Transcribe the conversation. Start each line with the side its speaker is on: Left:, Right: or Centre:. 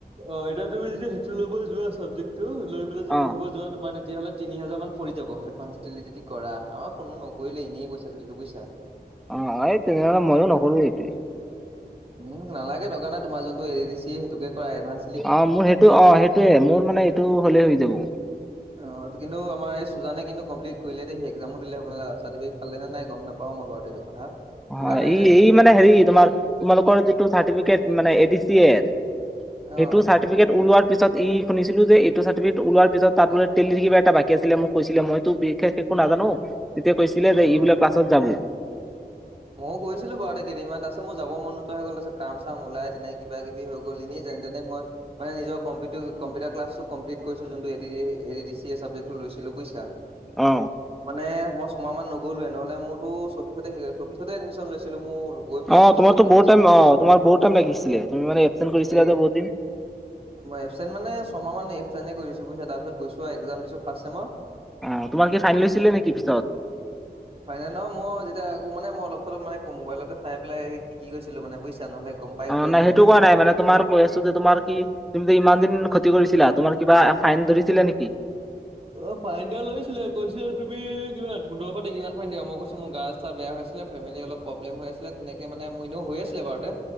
Right: অ', এতিয়া তুমি যদি সেইটো ল'ব যোৱা, ছাবজেক্টো লৈ পেলাই যদি
Centre: অ',
Right: পঢ়িব যোৱা, তোমাৰ তে তেতিয়াহ'লে তিনি হাজাৰমান পৰি যাব। এডভান্সড টেলি যদি কৰা। আমাৰ কোনো নকৰিলে, এনেই পইচাটো দিলোঁ, বুজিছা? <inaudible>
Centre: অ', অ', এ, তেনেহলে মইও নকৰোঁ এইটোৱেই
Right: উম, নালাগে, দৰকাৰ নাই। তোমাৰ যোনটো এডিডিচিএ, সেইটোকে কৰা, এডভান্সড
Centre: অ', মোৰ সেইটো, অ', সেইটোৱেই। মোৰ, মানে এইটো হলেই হৈ যাব।
Right: অ', কিন্তু আমাৰ, এই সুজানে কিন্তু কমপ্লিট কৰিলে দেই। এক্সামো দিলে হ'বলা, চাৰ্টিফিকেট পালে নে নাই গম নাপাওঁ। পাওঁ মই বাৰু এইটো কথা
Centre: অ',
Right: সোধা নাই
Centre: ই,
Right: যে আজিলৈকে,
Centre: ই মানে হেৰি, তোমালোকৰ যিটো চাৰ্টিফিকেট, মানে এডিচিএৰ
Right: অ',
Centre: এইটো চাৰ্ট চাৰ্টিফিকেট ওলোৱাৰ পিছত, ই, শুনিছিলোঁ যে এইটো চাৰ্টিফিকেট ওলোৱাৰ পিছত তাত মানে টেলিৰ কিবা এটা বাকী আছিলে মোক কৈছিলে, মইতো বিশেষ একো নাজানো। তেতিয়া কৈছিলে যে
Right: অ'।
Centre: ই বোলে ক্লাছত যাব
Right: ময়ো গৈছিলোঁ বাৰু আগতে কেইদিনমান। তাৰপিছত মোৰ যাব মন নোযোৱা হৈ গ'ল, তাৰপিছত কাম-চাম ওলাই তেনেকৈ কিবা-কিবি হৈ গ'ল। এনেই যেন-তেনে মই মানে নিজৰ কম্পিউটো, কম্পিউটাৰ ক্লাছটো কমপ্লিট কৰিছোঁ, যোনটো এডিচিএ ছাবজেক্টটো লৈছিলোঁ, বুজিছা?
Centre: অ
Right: মানে মই ছমাহমান নগ'লোঁৱে, নহ'লে মোৰতো চৌবিছতে শেষ পিছত লৈছিলোঁ মোৰ গৈ পেলাই
Centre: অ',
Right: পঁচিছত
Centre: তোমাৰতো
Right: শেষ
Centre: বহুত
Right: হৈছে।
Centre: টাইম, অ', তোমাৰ বহুত টাইম লাগিছিলে। তুমি মানে এবচেণ্ট কৰিছিলা
Right: এই
Centre: যে বহুত দিন।
Right: মই এবচেণ্ট মানে, ছমাহমান এবচেণ্টেই কৰিছোঁ, বুজিছা? তাৰ পিছত গৈছোঁ আৰু এক্সাম দিছোঁ ফাৰ্ষ্ট ছেমৰ
Centre: অ', তোমাৰ কি ফাইনেল হৈছিলে নেকি পিছত?
Right: হয়। ফাইনেল নহয়, মই যেতিয়া, মানে মই অলপ-চলপ মানে মোবাইলতে চাই পেলাই শিকি গৈছিলোঁ, মানে বুজিছা? নহ'লে গম পাই
Centre: অ',
Right: গ'লহেতেন।
Centre: নাই, সেইটো কোৱা নাই। মানে তোমাৰ কৈ আছোঁ যে, তোমাৰ কি? তুমি যে ইমান দিন ক্ষতি কৰিছিলা, তোমাৰ কিবা ফাইন ধৰিছিলে নেকি?
Right: অ', ফাইন দিয়া লৈছিলে। কৈছিলে তুমি কিমান, পোন্ধৰশ নে কিমান ফাইন দিবা। মই কৈছোঁ, মোৰ গা-চা চা বেয়া হৈছিলে, ফেমিলি অলপ প্ৰব্লেম হৈ আছিলে। তেনেকে মানে, মোৰ এনেও হৈ আছিলে বাৰুতে